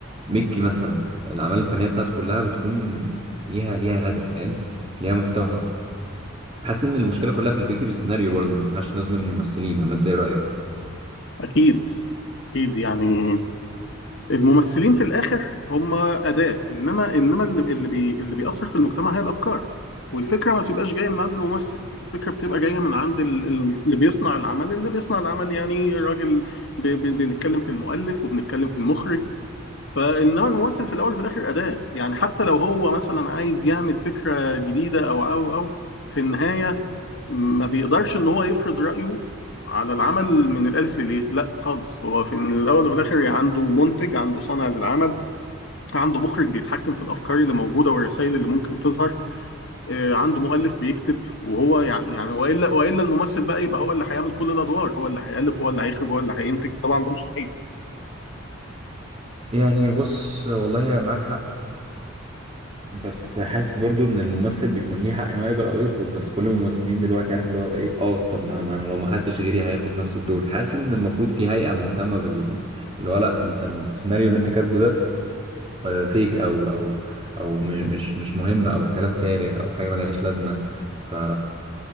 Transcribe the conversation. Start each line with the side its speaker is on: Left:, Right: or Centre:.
Right: ميكي مثلا الاعمال الفنيه بتاعته كلها بتكون ليها ليها هدف فاهم ليها محتوى حاسس ان المشكله كلها في اللي بيكتب السيناريو برضه ما ينفعش نظلم الممثلين ولا انت ايه رايك
Left: أكيد أكيد يعني الممثلين في الاخر هم اداه انما انما اللي اللي, بي اللي بيأثر في المجتمع هي الافكار والفكره ما بتبقاش جايه من عند الممثل الفكره بتبقى جايه من عند ال- ال- اللي بيصنع العمل اللي بيصنع العمل يعني راجل ب- ب- بنتكلم في المؤلف وبنتكلم في المخرج فانما الممثل في الاول وفي الاخر اداه يعني حتى لو هو مثلا عايز يعمل فكره جديده او او او في النهايه ما بيقدرش ان هو يفرض رايه على العمل من الالف لليه لا خالص هو في من الاول وفي الاخر عنده منتج عنده صانع للعمل عنده مخرج بيتحكم في الافكار اللي موجوده والرسائل اللي ممكن تظهر آه، عنده مؤلف بيكتب وهو يعني يعني والا والا الممثل بقى يبقى هو اللي هيعمل كل الادوار هو اللي هيالف هو اللي هيخرج هو اللي هينتج طبعا ده مستحيل
Right: يعني بص والله معاك حق بس حاسس برضو ان الممثل بيكون ليه حق ان هو يقبل او يرفض بس كل الممثلين دلوقتي عارف اللي هو ايه اه طب ما, ما انا لو ما خدتش غيري هياخد نفس الدور فحاسس ان المفروض في هيئة مهتمة بال اللي هو لا انت السيناريو اللي انت كاتبه ده آه، فيك او او او م- مش مش مهم او كلام فارغ او حاجه ملهاش لازمه ف